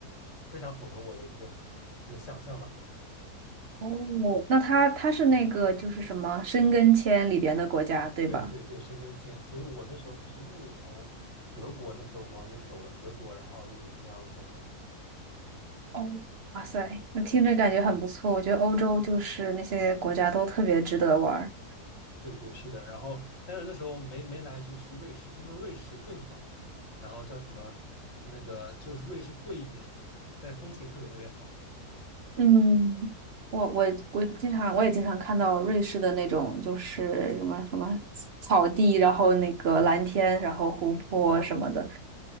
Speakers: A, on the left; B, on the right.
A: 非常符合我的这个这个想象吧。
B: 哦，那它它是那个就是什么申根签里边的国家，对吧？
A: 对对对，申根签，所以我那时候是一路从德国那走往那边走的，德国然后奥地利那样走的。
B: 哦，哇塞，那听着感觉很不错。我觉得欧洲就是那些国家都特别值得玩儿。
A: 对对，是的。然后，但是那时候没没来得及去瑞士，听说瑞士更好，然后叫什么那个就是瑞士贵一点，<laughs> 但是风景特别特别好。
B: 嗯，我我我经常我也经常看到瑞士的那种，就是什么什么草地，然后那个蓝天，
A: 嗯，
B: 然后湖泊什么的，
A: 对